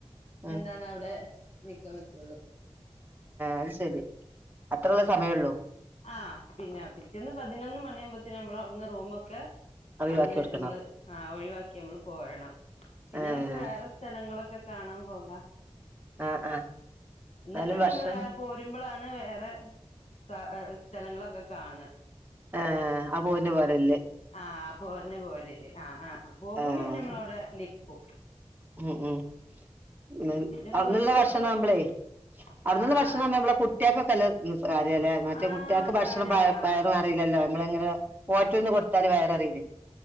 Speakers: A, on the right (about 15°); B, on the left (about 80°).
A: ഉം
B: എന്താണ് അവടെ. നിക്കാൻ പറ്റുള്ളൂ.
A: അയ് ശെരി അത്രള്ള സമയള്ളൂ.
B: ആഹ്‌ പിന്നെ പിറ്റേന്ന് പതിനൊന്ന് മണിയാവുമ്പോത്തിന് നമ്മളൊട്ന്ന് റൂമൊക്കെ.
A: ഒഴിവാക്കി
B: അന്ന്
A: കൊടുക്കണം
B: അമ്മള് ആഹ് ഒഴിവാക്കി അമ്മള് പോരണം പിന്നെ
A: ഏഹ്
B: മ്മക്ക് വേറെ സ് സ്ഥലങ്ങളൊക്കെ കാണാൻ പോകാ.
A: ആഹ് ആഹ് എന്നാലും
B: ന്നട്ടാണ്
A: ഭക്ഷണം
B: അമ്മള് വേറെ പോരുമ്പളാണ് വേറെ. കാ എഹ് ഹ് സ്ഥലങ്ങളൊക്കെ കാണ.
A: ആഹ്‌ അ പോര്ന പോരല്ല്.
B: ആഹ്‌ പോര്ന്നെ പോരല്ല് ആഹ്‌ ആഹ് പോകുമ്പോം
A: ആഹ്
B: ഞമ്മളവിടെ നിക്കും.
A: ഉം ഉം <unintelligible>
B: പിന്നെ
A: അവടന്ന്ള്ള
B: പോരുമ്പോ
A: ഭക്ഷണാവുമ്പളേ
B: നമ്മളിങ്ങനെ
A: അട്ന്ന്ള്ള
B: ആഹ് ആഹ്
A: ഭക്ഷണാവുമ്പം ഞമ്മളെ കുട്ട്യേക്കൊക്കല്ലെ <unintelligible> മറ്റേ
B: ആഹ്
A: കുട്ട്യേൾക്ക് ഭക്ഷണം
B: കാര്യാണ്
A: വയ
B: ആഹ്
A: വയർ നറീലല്ലോ മ്മളങ്ങനെ ഹോട്ടൽന്ന് കൊട് <unintelligible>